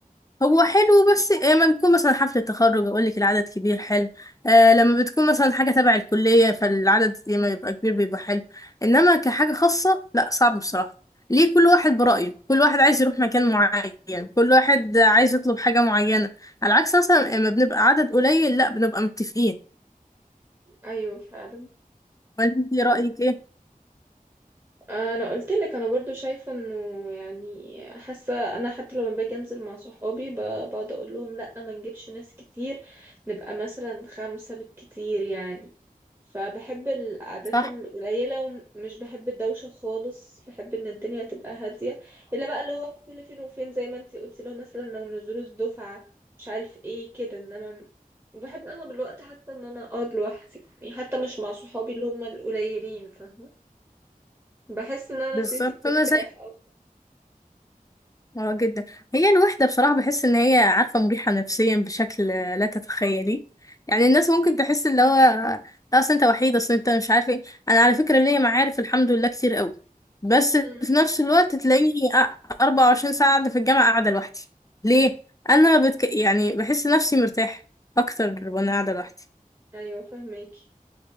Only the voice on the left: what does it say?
هو حلو بس إيه، لما بتكون مثلا حفلة تخرج اقول لك العدد كبير حلو آه لما بتكون مثلا حاجة تبع الكلية فالعدد لما يبقى كبير بيبقى حلو انما كحاجة خاصة لا صعب بصراحة ليه كل واحد برأيه كل واحد عايز يروح مكان معين كل واحد عايز يطلب حاجة معينة على العكس مثلا لما بنبقى عدد قليل لا بنبقى متفقين
وانت رأيك ايه
صح
بالظبط
انا زي
اه جدا هي الوحدة بصراحة بحس ان هي عارفة مريحة نفسيا بشكل لا تتخيلي يعني الناس ممكن تحس اللي هو لا اصل انت وحيد اصل انت مش عارف ايه انا على فكرة ليا معارف الحمد لله كتير قوي بس في
نفس الوقت تلاقيني أ- 24 ساعة قاعدة في الجامعة قاعدة لوحدي ليه انا بتك... يعني بحس نفسي مرتاحة اكتر وانا قاعدة لوحدي